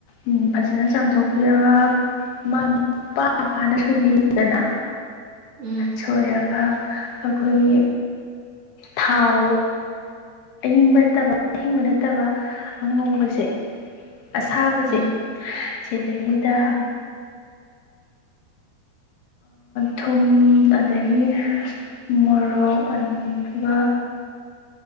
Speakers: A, on the left; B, on the right.
A: ꯎꯝ ꯐꯖꯅ ꯆꯥꯝꯊꯣꯛꯄꯤꯔꯒ ꯃꯥ ꯄꯥ ꯄꯥꯅ ꯁꯣꯏꯕꯤꯗꯅ
B: ꯎꯝ
A: ꯁꯣꯏꯔꯒ ꯑꯩꯈꯣꯏꯒꯤ ꯊꯥꯎ ꯑꯌꯤꯡꯕ ꯅꯠꯇꯕ ꯑꯍꯤꯡꯕ ꯅꯠꯇꯕ ꯑꯉꯧꯕꯁꯦ ꯑꯁꯥꯕꯁꯦ
B: ꯎꯝ
A: ꯁꯤꯗꯩꯁꯤꯗ
B: ꯎꯝ
A: ꯊꯨꯝ ꯑꯗꯒꯤ ꯃꯣꯔꯣꯛ ꯑꯗꯨꯒ